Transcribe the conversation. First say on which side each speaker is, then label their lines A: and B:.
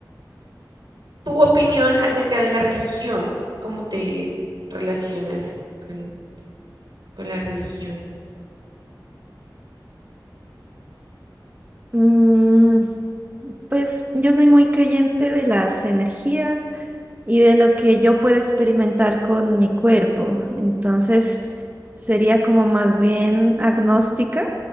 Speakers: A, on the right; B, on the right.
A: tu opinión acerca de la religión. ¿Cómo te relacionas con, con la religión?
B: Mm, pues yo soy muy creyente de las energías y de lo que yo puedo experimentar con mi cuerpo. Entonces sería como más bien agnóstica.